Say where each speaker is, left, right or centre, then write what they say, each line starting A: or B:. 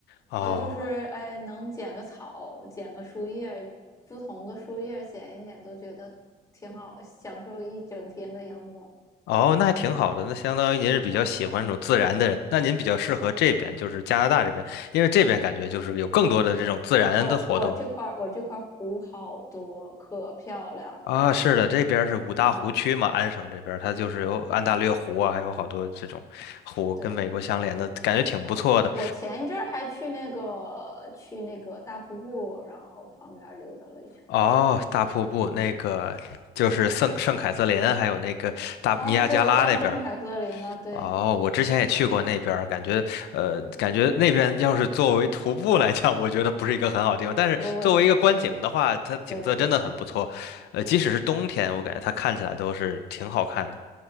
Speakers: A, on the left; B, on the left.
A: 哦
B: 呃，就是哎，能捡个草，捡个树叶，不同的树叶捡一捡，都觉得挺好，享受一整天的阳光。
A: 哦，那还挺好的，那相当于您是比较喜欢这种自然的人，那您比较适合这边，就是加拿大这边，因为这边感觉就是有更多的这种自然的活动。
B: 哦，我这块儿我这块湖好多，可漂亮了。
A: 啊，是的，这边儿是五大湖区嘛，
B: 嗯
A: 安省这边儿它就是有安大略湖啊，
B: 嗯，
A: 还有好多这种湖跟美国相连的，
B: 对
A: 感觉挺不错的。
B: 啊、嗯我前一阵儿还去那个去那个大瀑布，然后旁边溜达了一圈
A: 哦，大瀑布那个就是圣圣凯瑟琳，
B: 嗯
A: 还有那个大尼亚加拉那边儿
B: 啊，对，我上圣凯瑟琳了。对，
A: 哦，我之前也去过那边儿感觉呃，感觉那边要是作为徒步来讲，我觉得不是一个很好地方。但是作为一个观景的话，
B: 不不行，对
A: 它的景色真的很不错。
B: 对对对对对对
A: 呃，
B: 对
A: 即使是冬天，我感觉它看起来都是挺好看的。